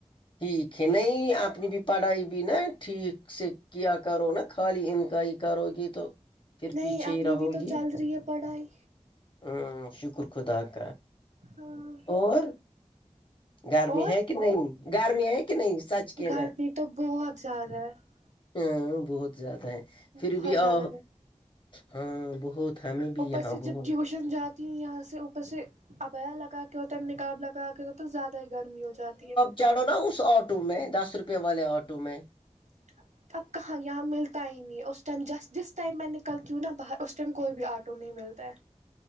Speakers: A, on the left; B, on the right.
A: ٹھیک ہے نہیں آپ نے بھی پڑھائی بھی نا ٹھیک سے کیا کرو نا خالی انکائی کرو گے تو پھر
B: نہیں
A: پیچھے
B: اپنی
A: ہی رہو
B: بھی تو
A: گی
B: چل رہی ہے پڑھائی
A: ہ شکر خدا کا
B: ہاں
A: اور گرمی
B: اور
A: ہے کہ نہیں گرمی ہے کہ نہیں سچ کہنا
B: گھر بھی تو بہت زیادہ ہے
A: ا بہت زیادہ ہے پھر
B: بہت
A: بھی آ
B: زیادہ گھر
A: ہاں بہت ہمیں بھی
B: اوپر
A: یہاں
B: سے
A: بت
B: جب ٹیوشن جاتی ہوں یہاں سے اوپر سے ابیا لگا کے ہو تک نکاب لگا گ کے تو تو زیادہ ہی گرمی ہو جاتی ہے
A: چاڑھو نا اس آٹو میں دس روپے والے آٹو میں
B: اچھا اب کہاں یہاں ملتا ہی نہیں ہے اس ٹائم جسٹ جس ٹائم میں نکلتی ہوں نا باہر اسس ٹائم کوئی بھی آٹو نہیں ملتا ہے